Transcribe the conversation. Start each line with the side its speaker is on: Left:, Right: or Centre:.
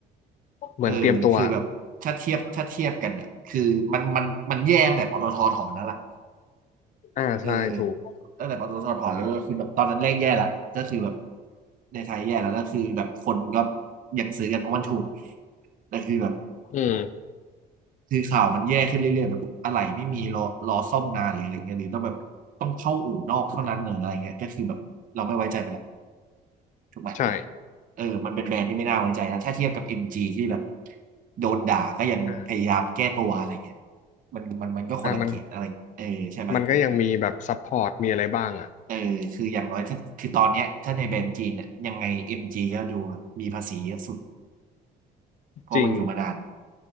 Left: เหมือนเตรียมตัว
Right: เออคือแบบถ้าเทียบถ้าเทียบกันเนี่ยคือมันมันมันแย่ตั้งแต่ปตทถอนแล้วล่ะ
Left: อ่าใช่ถูก
Right: เออตั้งแต่ปตทถอนแล้วก็คือแบบตอนนั้นแรกแย่ละก็คือแบบในไทยแย่แล้วก็คือแบบคนก็ยังซื้อกันเพราะมันถูกแต่คือแบบ
Left: อืม
Right: คือข่าวมันแย่ขึ้นเรื่อยๆแบบอะไรไม่มีรอรอซ่อมนานหรืออะไรเงี้ยหรือต้องแบบต้องเข้าอู่นอกเท่านั้นเนอะอะไรเงี้ยก็คือแบบเราไม่ไว้ใจมันละถูกไหม
Left: ใช่
Right: เออมันเป็นแบรนด์ที่ไม่น่าไว้ใจนะถ้าเทียบกับ MG ที่แบบโดนด่าก็ยังพยายามแก้ตัวอะไรเงี้ย
Left: อ่ะ
Right: มันมันมันก็คนละเกรดอะไรเออใช่ไหม
Left: อ่ะมันมันก็ยังมีแบบซัพพอร์ตมีอะไรบ้างอ่ะ
Right: เออคืออย่างน้อยถ้าคือตอนเนี้ยถ้าในแบรนด์จีนเนี่ยยังไง MG ก็ดูมีภาษีเยอะสุด เพราะมันอยู่มานาน
Left: จริง